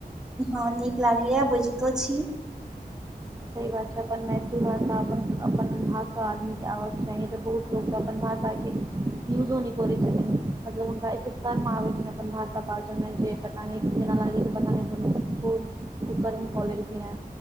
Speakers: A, in the centre; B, on the right.
A: हा नीक लागय या बुझितो छी।
B: सी बात छै। अप्पन मैथिली भाषा अप्पन अप्पन भाषा आदमी के आब के चाही तऽ बहुत लोक तऽ अप्पन भाषा के यूजो नहि करै छथिन मतलब हुनका एते शर्म आबै छै। अप्पन भाषा बाजय मे जे पता नहि ना लागै छै। पता नय कोन कुकर्म कऽ ललखिन हे